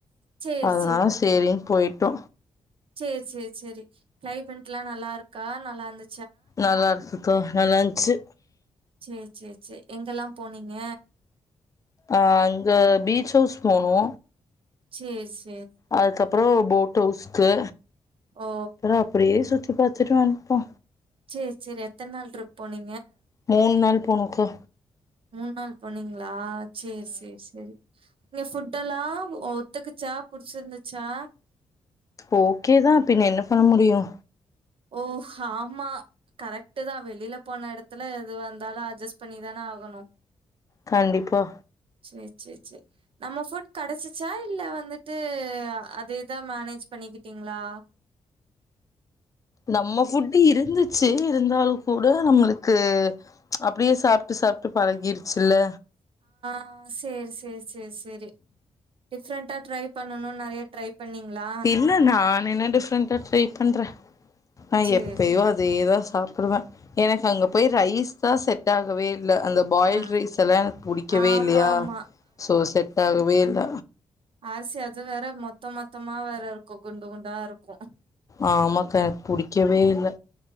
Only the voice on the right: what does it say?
சேரி
சே சே சேரி க்ளைமெட்லா நல்லாருக்கா நல்லாந்து
சேர் சே சே எங்கல்லாம் போனீங்க?
சேர்
ஓ
சேர் சேரி எத்தன் நாள் ட்ரிப் போனி
மூண் நாள் போனிங்க ளா சேர் சேர் சேரி அங்க ஃபுட்டெல்லா ஒத்துக்குச்சா புடுச்சிருந்துச்சா?
ஓ ஆமா கரெக்ட்டுதா வெளில போன எடத்துல எதுவாந்தாலு அட்ஜஸ்ட் பண்ணிதான ஆகணு
சே செ செ நம்ம ஃபுட் கடச்சுச்சா இல்ல வந்துட்டு அது எதா மேனேஜ் பண்ணிக்கிட்டீங்ளா?
ஆ சேர் சேர்‌ செ சேர் செரி டிஃப்ரென்ட்டா ட்ரை பண்ணனுன் நெறைய ட்ரை பண்ணீங்களா
சேரி
ஆ
ஆமா
ஆமா
ஆ சேர் அது வேற மொத்த மொத்தமா வேற இருக்கும் குண்டு குண்டா இருக்கும் ஆஹ